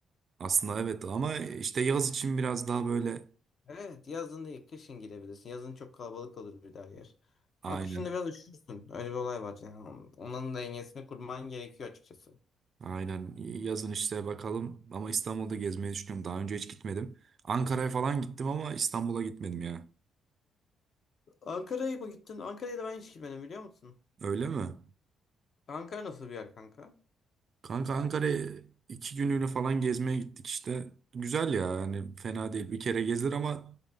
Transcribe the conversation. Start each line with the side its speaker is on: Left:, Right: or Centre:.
Right: Aslında evet ama işte yaz için biraz daha böyle
Left: Evet yazın değil kışın gidebilirsin. Yazın çok kalabalık olur bir daha yer.
Right: aynen.
Left: Ama kışın da biraz üşürsün. Öyle bir olay var yani. Onun dengesini kurman gerekiyor açıkçası.
Right: Aynen. Yazın işte bakalım. Ama İstanbul'da gezmeyi düşünüyorum. Daha önce hiç gitmedim. Ankara'ya falan gittim ama İstanbul'a gitmedim ya.
Left: Ankara'ya mı gittin? Ankara'ya da ben hiç gitmedim biliyor musun?
Right: Öyle mi?
Left: Ankara nasıl bir yer kanka?
Right: Kanka Ankara'ya iki günlüğüne falan gezmeye gittik işte. Güzel ya. Yani fena değil. Bir kere gezilir ama